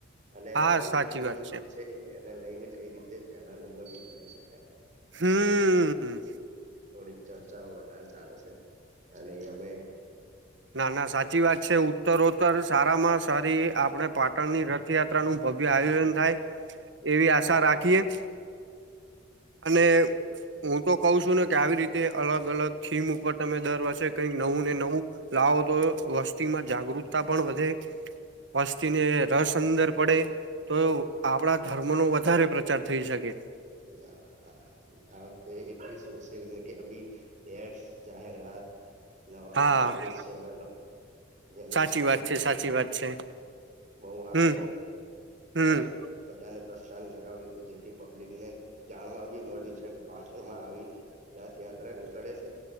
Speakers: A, on the right (about 40°); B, on the right (about 70°).
A: અને
B: હા
A: જે
B: સાચી
A: બીજા
B: વાત
A: નંબર છે, એને લઈને કઈ રીતે પેલા નંબર નહી બનાવી શકાય.
B: હમ
A: એ થોડીક ચર્ચાઓ વધારે ચાલે છે. અને અમે.
B: ના ના સાચી વાત છે. ઉત્તરોત્તર સારામાં સારી આપણે પાટણની રથયાત્રાનું ભવ્ય આયોજન થાય. એવી આશા રાખીએ અને. હું તો કઉ છું ને કે આવી રીતે અલગ અલગ થીમ ઉપર તમે દર વર્ષે કઈક નવું ને નવું. <unintelligible> તો વસ્તીમાં જાગૃતતા પણ વધે. વસ્તીને રસ અંદર પડે તો આપણા ધર્મનો વધારે પ્રચાર થઈ શકે.
A: <unintelligible> ધારોકે એટલી સોશિયલ મીડિયા ભી એડસ જાહેરાત. નવા
B: હા
A: નવા ન્યુઝ ચેનલો. જેની
B: સાચી
A: જોડે
B: વાત છે સાચી વાત છે
A: બહું આગળ.
B: હમ હમ
A: અ બધાને પ્રસ્થાન કરાવ્યું તું જેથી પબ્લિકને જાણવા બી <unintelligible> હોઈ શકે પાટણમાં આવી રથયાત્રા નીકળે છે.